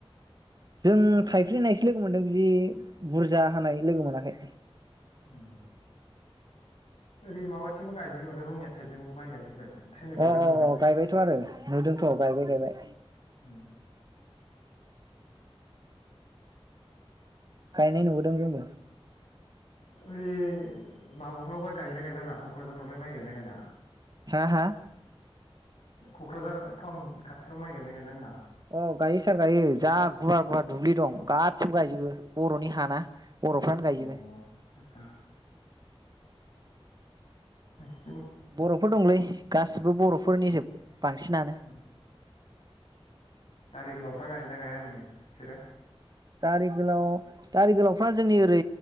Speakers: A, on the right; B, on the left.
A: जों थाइफ्रिनायसो लोगो मोनदों बिदि बुरजा हानाय लोगो मोनाखै।
B: उम ओरै माबाथिंबो गायजोबाय माथो रङिया साइडजोंबो माइ गायजोब्बाय ट्रेननिफ्राय
A: अ
B: बिराद नुबोदों
A: अ अ गायबायथ' आरो नुदोंथ' गायबाय
B: उम
A: गायबाय।
B: उम
A: गायनाय नुबोदों जोंबो
B: ऐ माब ह' गायना गायलाब्रा क क'क्राझारफ्रावलाय माइ गायोना गायला
A: हा हा
B: क'क्राझार टाउन खाथिफ्राव माइ गायना गायला होनदां।
A: अ गायो सार गायो जा गुवार गुवार दुब्लि दं गासिबो गायजोबो बर'नि हाना। बर'फ्रानो
B: अ
A: गायजोबो
B: आतसा ओ
A: बर'फोर दंलै गासिबो बर'फोरनि जोब बांसिनानो
B: उम बै गोलावफ्रा गायो ना गाया ओरैनो बिसोरो
A: दारि गोलाव दारि गोलावफ्रा जोंनि ओरै